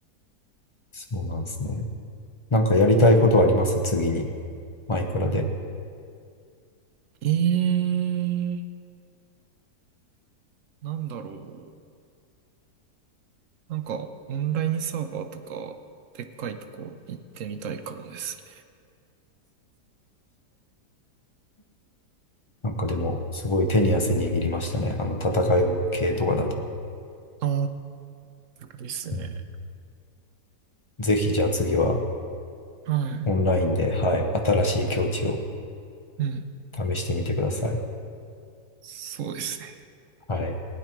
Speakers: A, on the left (about 30°); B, on the right (about 60°).
A: そうなんですね。なんかやりたいことはあります次に。マイクラで。
B: ええー、なんだろう。なんか、オンラインサーバーとか、でっかいとこ行ってみたいかもですね。
A: なんかでも、すごい手に汗握りましたね。あの、戦い系とかだと。
B: ああ、ですね。
A: うんぜひじゃあ次は
B: はい。
A: オンラインで、はい、新しい境地を
B: うん。
A: 試してみてください。
B: そうですね。
A: はい。